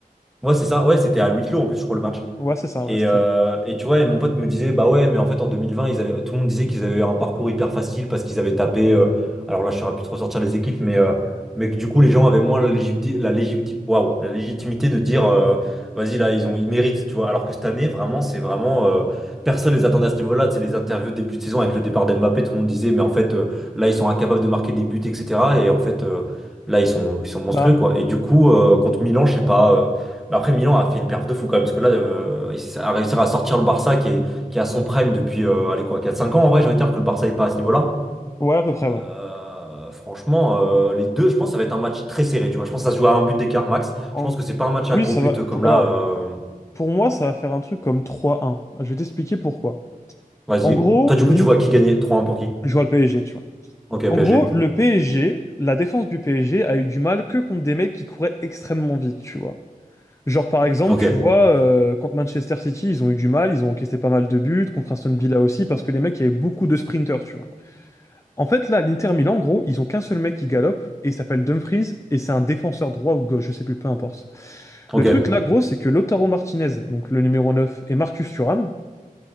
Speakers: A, in the centre; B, on the left.
A: Ouais, c'est ça. Ouais, c'était à huis clos en plus, je crois, le match.
B: Ouais, c'est ça,
A: Et,
B: ouais, c'était.
A: euh, et tu vois, et mon pote me disait, bah ouais, mais en fait en 2020, ils avaient, tout le monde disait qu'ils avaient eu un parcours hyper facile parce qu'ils avaient tapé, euh, alors là je saurais plus trop sortir les équipes, mais, euh, mais que du coup les gens avaient moins la légitimité, la légiti- waouh, la légitimité de dire, euh, vas-y là, ils ont, ils méritent, tu vois. Alors que cette année, vraiment, c'est vraiment, euh, personne les attendait à ce niveau-là. Tu sais, les interviews début de saison avec le départ d'Mbappé, tout le monde disait, mais en fait euh, là, ils sont incapables de marquer des buts, etc. Et en fait, euh, là, ils sont, ils sont monstrueux,
B: Bah
A: quoi. Et du coup, euh, contre Milan, je sais pas. euh, mais Après, Milan a fait une perf de fou quand même, parce que là, euh, il a réussi à sortir le Barça qui est, qui est à son prime depuis euh, allez, quoi, quatre cinq ans en vrai, j'ai envie de dire que le Barça n'est pas à ce niveau-là.
B: ouais, à peu près, ouais.
A: Euh, franchement, euh, les deux, je pense que ça va être un match très serré, tu vois. Je pense que ça se joue à un but d'écart max.
B: En-
A: Je pense que c'est pas un match
B: Oui,
A: à gros
B: ça
A: but
B: va.
A: euh, comme
B: Alors,
A: là. euh,
B: Pour moi, ça va faire un truc comme 3-1. Je vais t'expliquer pourquoi.
A: Vas-y.
B: En gros,
A: Toi, du
B: l'In-
A: coup, tu vois qui gagner? trois un pour qui?
B: je vois le PSG, tu vois.
A: Ok,
B: En
A: PSG.
B: gros, le PSG, la défense du PSG a eu du mal que contre des mecs qui couraient extrêmement vite, tu vois. Genre, par exemple,
A: Ok,
B: tu vois, euh, contre Manchester City, ils ont eu du mal, ils ont encaissé pas mal de buts, contre Aston Villa aussi, parce que les mecs, il y avait beaucoup de sprinters, tu vois. En fait, là, l'Inter Milan, en gros, ils ont qu'un seul mec qui galope, et il s'appelle Dumfries, et c'est un défenseur droit ou gauche, je sais plus, peu importe.
A: ok.
B: Le truc,
A: Ils
B: là, gros, c'est que Lautaro Martinez, donc le numéro 9, et Marcus Thuram,